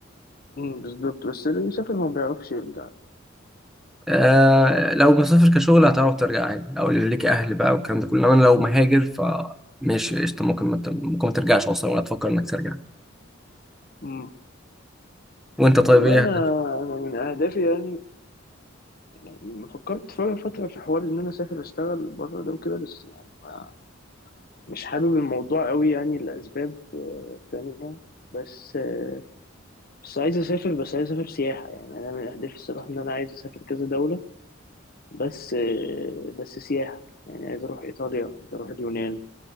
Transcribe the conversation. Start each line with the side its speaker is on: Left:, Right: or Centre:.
Left: امم بالظبط بس اللي بيسافر ما بيعرفش يرجع
Centre: آه لو مسافر كشغل هتعرف ترجع عادي او اللي ليك اهل بقى والكلام ده كله انما لو مهاجر ف ماشي قشطة ممكن ما ت- ممكن ما ترجعش اصلا ولا تفكر انك ترجع
Left: امم
Centre: وانت طيب
Left: والله
Centre: ايه
Left: انا انا من اهدافي يعني يعني فكرت ف- فترة في حوار إن أنا أسافر أشتغل بره ده وكده بس يعني ما مش حابب الموضوع قوي يعني لأسباب آه، تانية بس آه، بس عايز أسافر بس عايز أسافر سياحة يعني أنا من أهدافي الصراحة إن أنا عايز أسافر كذا دولة بس آه، بس سياحة يعني عايز أروح إيطاليا عايز أروح اليونان